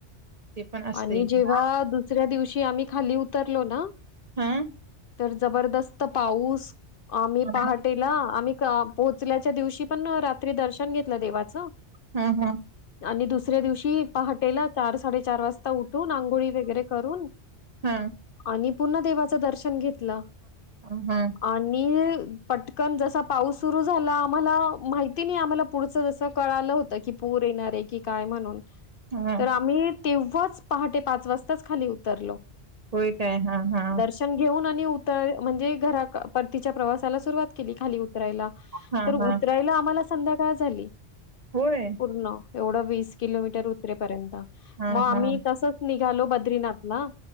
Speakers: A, on the right (about 45°); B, on the left (about 60°).
A: ते पण असतंय
B: आणि
A: की.
B: जेव्हा दुसऱ्या दिवशी आम्ही खाली उतरलो ना
A: हा
B: तर जबरदस्त पाऊस आम्ही
A: हा
B: पहाटेला आम्ही पोहोचल्याच्या दिवशी पण रात्री दर्शन घेतलं देवाचं
A: हा हा
B: आणि दुसऱ्या दिवशी पहाटेला चार साडेचार वाजता आता उठुन आंघोळी वगैरे करून
A: हा
B: आणि पुन्हा देवाच दर्शन घेतलं
A: हा
B: आणि पटकन जसा पाऊस सुरू झाला आम्हाला माहिती नाही आम्हाला पुढच जस कळालं होत की पूर येणार हाय की काय म्हणून
A: हा
B: आम्ही तेव्हा पहाटे पाच वाजता खाली उतरल
A: होय काय हा हा
B: दर्शन घेऊन आणि उत म्हणजे परतीच्या प्रवासाला ला सुरवात केली खाली उतरायला
A: हा
B: तर उतरायला
A: हा
B: आम्हाला संध्यकाळ झाली झाली
A: होय
B: पूर्ण एवढ वीस किलोमीटर उतरे पर्यंत
A: हा
B: मग आम्ही
A: हा
B: तसच निघालो बद्रीनाथला